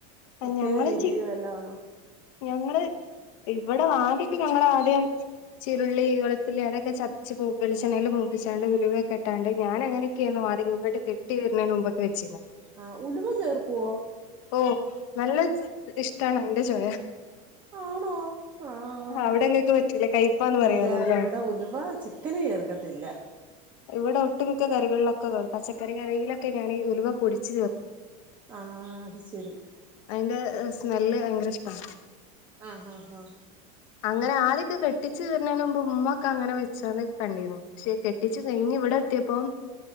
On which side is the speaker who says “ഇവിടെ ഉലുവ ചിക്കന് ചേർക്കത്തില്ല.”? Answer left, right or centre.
Right